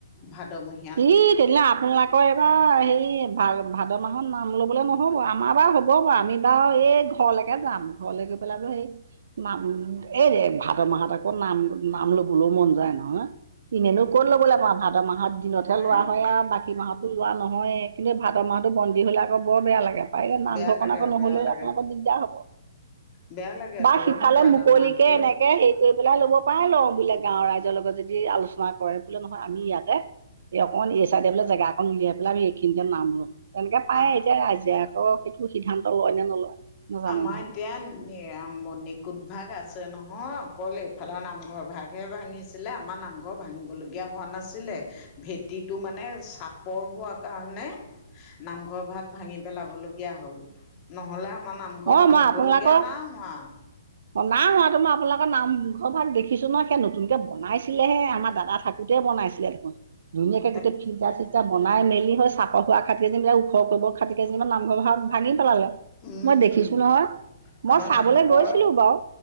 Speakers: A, on the left; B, on the right.
A: ভাদমহিয়া
B: ই তেতিয়াহ'লে আপোনালোকে অ' এইবাৰ হেৰি ভা-ভাদ মাহত নাম ল'বলৈ নহ'ব, আমাৰ বাৰু হ'ব বাৰু, আমি বাৰু এই ঘৰলেকে কে যাম ঘৰলৈ গৈ পেলাই বুলো সেই নাম, এই ভাদ মাহত আকৌ নাম, নাম ল'বলৈও মন যায় নহয়। এনেনো কত ল'বলৈ পাওঁ, ভাদৰ মাহৰ দিনত তেনেকে
A: হে
B: লোৱা হয় আৰু বাকী মাহতো লোৱা নহয়েই, কিন্তু ভাদ মাহটো বন্দী হ'লে আকৌ বৰ বেয়া লাগে। পাৰে নামঘৰকণ
A: বেয়া লাগে
B: আকৌ নহ'লে,
A: বেয়া লাগে
B: আকৌ অকণ দিগদাৰ হ'ব।
A: বেয়া লাগে
B: বা
A: তোন
B: সিফালে
A: ভাদ
B: মুকলিকে
A: মাহটোত
B: এনেকে, সেই কৈ পেলাই ল'ব পাৰে, লওঁ বোলে গাঁৱৰ ৰাইজৰ লগত যদি আলোচনা কৰে বোলে নহয়, আমি ইয়াতে এই অকন এই চাইডে বোলে জেগা অকন উলিয়াই পেলাই, আমি এইখিনতে নাম ৰো, তেনেকে পায়ে
A: আ
B: এতিয়া ৰাইজে অ' সেইটো সিদ্ধান্ত লয় নে নলয়। নাজানো
A: আমাৰ
B: নহয়
A: এতিয়া এয়া মণিকুট ভাগ আছে নহয়, অকল এইফালৰ নামঘৰ ভাগহে ভাঙিছি ছিলে আমাৰ নামঘৰ ভাঙিবলগীয়া হোৱা নাছিলে। ভেটিটো মানে চাপৰ হোৱাৰ কাৰণে নামঘৰ ভাগ ভাঙি পেলাব লগগীয়া হ'ল, নহ'লে আমা নামঘৰ
B: অ
A: ভাঙিবলগীয়া
B: মই আপোনালোকৰ
A: নাই হোৱা।
B: নাই হোৱাতো মই আপোনালোকৰ নামঘৰ ভাগ দেখিছো নহয় সেই নতুনকে বনাইছিলেহে আমাৰ দাদা থাকোত- তে বনাইছিলে দেখোন, ধুনীয়াকে
A: তাক
B: গোটেই ফিল্টাৰ ছি- এয়া বনাই মেলি হে চাপৰ খোৱা খাটি জেনীবাক ওখৰ কৰিব খাটি কেইজনীমান নামঘৰ ভাগ- ভাঙি পেলালে।
A: উম
B: মই দেখিছো নহয় মই
A: আমাৰ
B: চাবলৈ
A: নামঘৰ
B: গৈছিলো বাৰু।